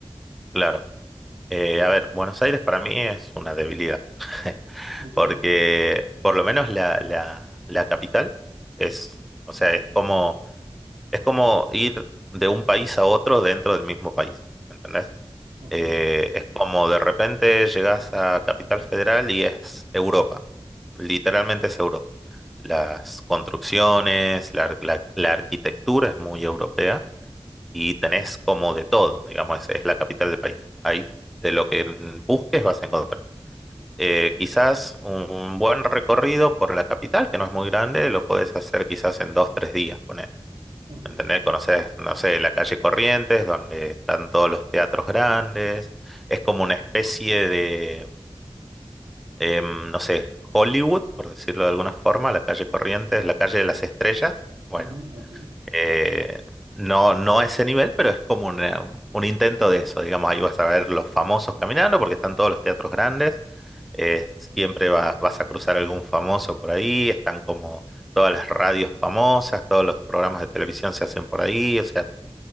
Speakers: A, in the centre; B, on the right.
A: Claro, Eh, a ver, Buenos Aires para mí es una debilidad, <laughs>
B: Ok,
A: porque por lo menos la, la, la capital es, o sea, es como, es como ir de un país a otro dentro del mismo país, ¿entendés?
B: ok,
A: Eh, es como de repente llegas a Capital Federal y es Europa, literalmente es Europa. Las construcciones, la, la la arquitectura es muy europea y tenés como de todo, digamos, es, es la capital del país. Ahí de lo que mm, busques vas a encontrar. Eh, quizás un buen recorrido por la capital, que no es muy grande, lo podés hacer quizás en dos, tres días, ponele.
B: ok,
A: ¿Entendés? Conoces, no sé, la calle Corrientes, donde están todos los teatros grandes. Es como una especie de, em, no sé, Hollywood, por decirlo de alguna forma, la calle Corrientes, la calle de las estrellas. Bueno,
B: ujú, ok,
A: eh, no, no a ese nivel, pero es como una- un intento de eso. Digamos, ahí vas a ver los famosos caminando porque están todos los teatros grandes. eh, siempre vas, vas a cruzar algún famoso por ahí. Están como todas las radios famosas, todos los programas de televisión se hacen por ahí. O sea,